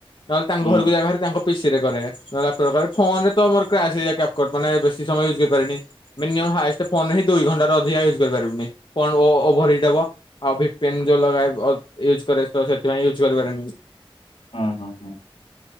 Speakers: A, on the left; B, on the left.
A: ନହେଲେ ତାଙ୍କ
B: ହୁଁ
A: ଘରକୁ ଯାଇଭାରି ତାଙ୍କ ପିସି ରେ କରେ ତାଙ୍କ ଲାପଟପ୍ କାଳେ ଫୋନ୍ ରେ ତ ମୋର କ୍ରାସ୍ ହେଇଯାଏ କ୍ୟାପକଟ୍ ମାନେ ବେଶୀ ସମୟ ୟୁଜ୍ କରିପାରେନି ମିନିମମ୍ ହାଏଷ୍ଟ ଫୋନ୍ ହିଁ ଦୁଇ ଘଣ୍ଟାରୁ ଅଧିକ ୟୁଜ୍ କରିପାରିବୁନି ଫୋନ୍ ଓ ଓଭର ହିଟ୍ ହବ ଆଉ ବିପିନ୍ ଯୋଲରାଏ୍ ଅ ୟୁଜ୍ କରେ ତ ସେଥିପାଇଁ ୟୁଜ୍ କରିପାରେନି।
B: ହଁ ହଁ ହଁ।